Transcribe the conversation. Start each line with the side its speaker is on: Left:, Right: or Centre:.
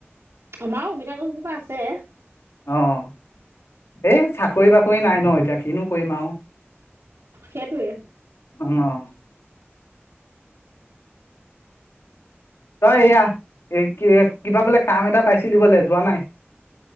Right: আমাৰো অমিতা গছজোপা আছে।
Left: অ', এই চাকৰি-বাকৰি নাই ন, এতিয়া কিনো কৰিম আৰু।
Right: সেইটোৱে।
Left: অ'। তই এইয়া, কি-কিবা বোলে কাম এটা পাইছিলি বোলে যোৱা নাই।